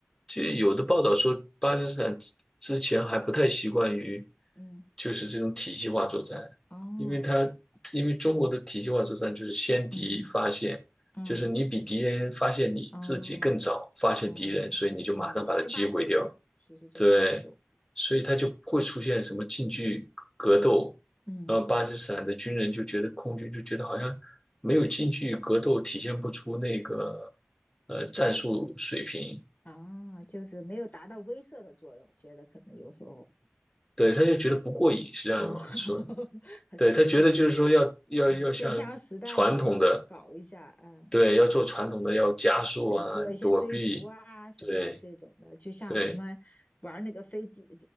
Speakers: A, on the left; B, on the left.
A: 就有的报道说巴基斯坦之之前还不太习惯于
B: 嗯
A: 就是这种体系化作战，
B: 哦，
A: 因为他因为中国的体系化作战就是先敌发现，
B: 嗯嗯，
A: 就是你比敌人发现你自己更早发现敌人，
B: 哦。哦，
A: 所以你就马上把它击毁掉。
B: 嗯，先发制人其实就是一种，
A: 对，所以他就不会出现什么近距格斗。
B: 嗯，
A: 然后巴基斯坦的军人就觉得，空军就觉得好像没有近距格斗，体现不出那个呃战术水平。
B: 啊，就是没有达到威慑的作用，觉得可能有时候
A: 对，他就觉得不过瘾。实际上说，
B: 啊，<laughs>
A: 对，他觉得就是说要要要像传统的，
B: 这嗯真枪实弹的那种搞一下啊，
A: 对，要做传统的，
B: 嗯
A: 要加速啊，
B: 做一些追逐啊什么的这种的，
A: 躲避，对
B: 就像我们玩那个飞机
A: 对。